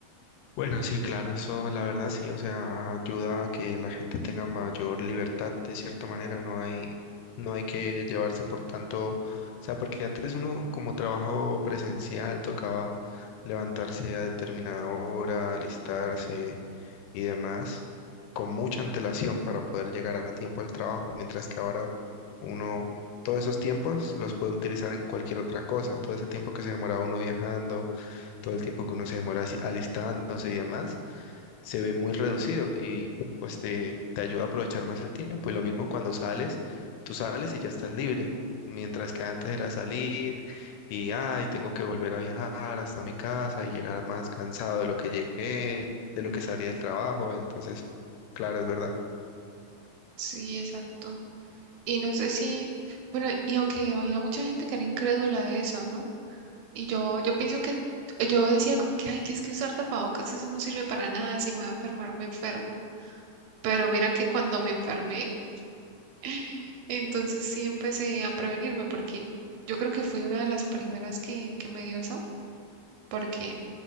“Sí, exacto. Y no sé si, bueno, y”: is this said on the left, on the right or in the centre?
Right